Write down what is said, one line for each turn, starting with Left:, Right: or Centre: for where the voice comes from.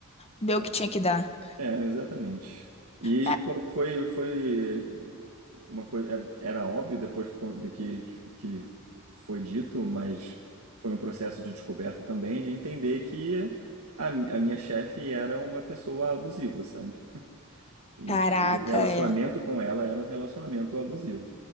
Left: Deu
Right: sabe?
Left: o que tinha que dar.
Right: É, exatamente. E
Left: É,
Right: qual que foi, foi uma coisa, era óbvio depois co- de que, que, que foi dito, mas foi um processo de descoberta também, de entender que a, a minha chefe era uma pessoa abusiva, sabe? E
Left: Caraca,
Right: que o relacionamento
Left: é.
Right: com ela era um relacionamento abusivo.